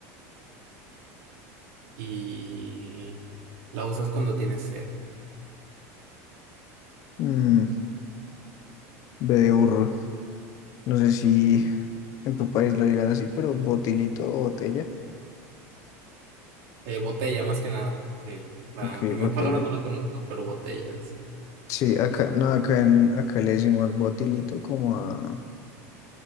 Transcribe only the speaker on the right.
Y la usas cuando tienes sed.
Eh, botella, más que nada, sí. La
primera
<laughs> palabra no la conozco, pero botella, sí.